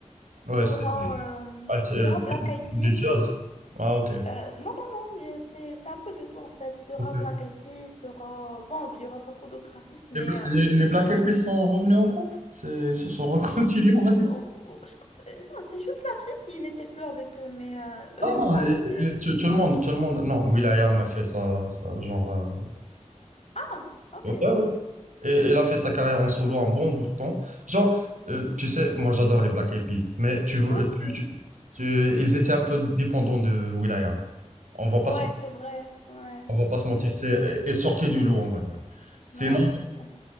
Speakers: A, on the right; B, on the left.
A: Ouais,
B: Il y
A: c'est
B: aura, euh,
A: ah, c'est, euh,
B: il y aura Black Eyed
A: du
B: Peas.
A: jazz. Ah, ok.
B: Euh, non, non, non, mais c'est c'est un peu de tout en fait. Il y aura
A: Ok.
B: Black Eyed Peas, il y aura... Bon, il y aura beaucoup d'autres artistes, mais...
A: Les, Bla-
B: euh,
A: les, les Black Eyed Peas sont revenus en groupe? C'est- Ils se sont <laughs> réconciliés, on va dire.
B: Oh, oh, je pense... euh, Non, c'est juste la fille qui n'était plus avec eux, mais euh, eux,
A: Non, non,
B: ils sont
A: euh,
B: restés.
A: euh, tout, tout le monde, tout le monde. Non, will.i.am a fait ça, ça genre. euh,
B: Ah, ok.
A: Ouais, ouais, Et et a fait sa carrière en solo un bon bout de temps. Genre, euh, tu sais, moi j'adore les Black Eyed Peas, mais tu, veux,
B: Moi
A: euh,
B: aussi.
A: tu- tu- tu- ils étaient un peu dépendants de Will.i.am. On va pas
B: Ouais,
A: se,
B: c'est vrai. Ouais,
A: on va pas
B: ouais,
A: se mentir, c'est et sortez du lot, on va dire. Sinon,
B: ouais, c'est vrai.